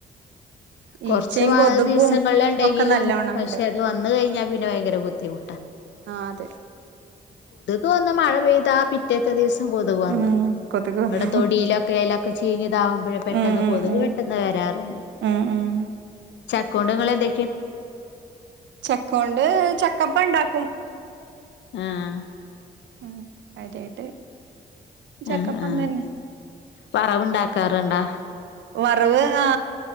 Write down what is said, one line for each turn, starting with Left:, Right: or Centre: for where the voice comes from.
Left: കൊറച്ച്
Right: ഈച്ചയും
Left: മാ
Right: കൊതുകും
Left: ദിവസങ്ങളില് ഇണ്ടെങ്കിലും
Right: ഒക്കെ നല്ലോണം
Left: പക്ഷെ
Right: ഉണ്ട്
Left: അത് വന്ന കയിഞ്ഞാ പിന്നെ ഭയങ്കര ബുദ്ധിമു
Right: ആ അതെ.
Left: ഇപ്പ ഒന്ന് മഴ പെയ്താ പിറ്റേത്ത ദിവസ. കൊതുവന്ന്
Right: ഉം കൊതുക് വന്നു
Left: ഇവിടെ തൊടിലൊക്കെയില റച്ചഴിഞ്ഞ ഇതാവുമ്പഴേ പെട്ടെന്ന്
Right: ഉം ഉം
Left: കൊതുക്
Right: ഉം
Left: പെട്ടെന്ന് വരാറുണ്ട്
Right: ഉം ഉം
Left: ചക്കൊണ്ട്‌ങ്ങൾ എന്തെ
Right: ചക്ക കൊണ്ട് ചക്ക. പ്പം ഇണ്ടാക്കും.
Left: ആഹ.
Right: ഉം കാര്യായിട്ട്. ചക്കപ്പം
Left: ആ ആ
Right: തന്നെ
Left: വറവ്ണ്ടാക്കാറുണ്ടോ
Right: വറവ് ആ